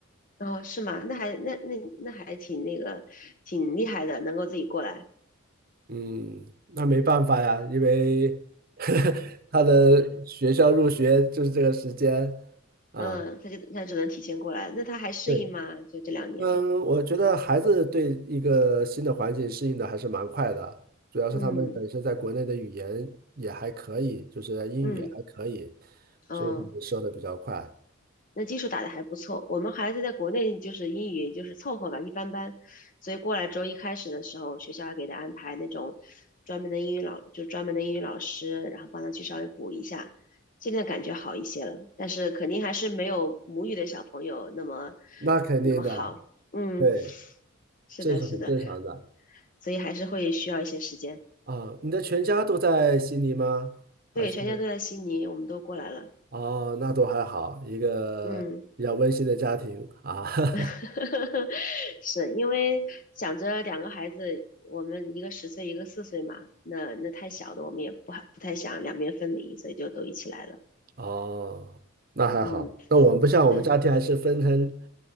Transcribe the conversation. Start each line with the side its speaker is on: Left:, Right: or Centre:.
Left: 哦，是吗？那还那那那还挺那个，挺厉害的，能够自己过来。
Right: 嗯，那没办法呀，因为 <laughs> 他的学校入学就是这个时间啊。
Left: 嗯，他就他只能提前过来，那他还适应吗？
Right: 对，
Left: 就这两年，
Right: 嗯，我觉得孩子对一个新的环境适应的还是蛮快的，主要是他们本身在国内的语言也还可以，
Left: 嗯
Right: 就是英语也还可以，
Left: 嗯哦，
Right: 所以他们说的比较快。
Left: 那基础打得还不错。我们孩子在国内就是英语就是凑合吧，一般般，所以过来之后一开始的时候，学校还给他安排那种专门的英语老，就专门的英语老师，然后帮他去稍微补一下。现在感觉好一些了，但是肯定还是没有母语的小朋友那么
Right: 那肯定的，
Left: 那么好。嗯，
Right: 对，
Left: 是的，
Right: 这是很正常的
Left: 是的，所以还是会需要一些时间。
Right: 啊。你的全家都在悉尼吗？
Left: 对，
Right: 还是？
Left: 全家都在悉尼，我们都过来了。
Right: 哦，那都还好，一个比较温馨的家庭啊。
Left: 嗯，
Right: <laughs>
Left: <laughs> 是因为想着两个孩子，我们一个十岁，一个四岁嘛，那那太小的，我们也不不太想两边分离，所以就都一起来了。
Right: 哦，那还好。
Left: 嗯，
Right: 那我们不像我们家庭还是分成
Left: 对